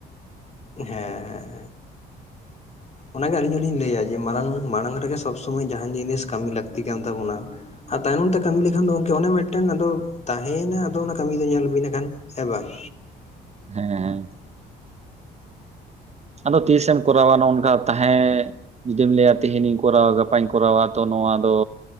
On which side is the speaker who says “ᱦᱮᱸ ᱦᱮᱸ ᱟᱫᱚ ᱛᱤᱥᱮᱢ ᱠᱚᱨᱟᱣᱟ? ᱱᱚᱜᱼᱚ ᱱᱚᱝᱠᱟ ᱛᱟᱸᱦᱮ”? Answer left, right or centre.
Right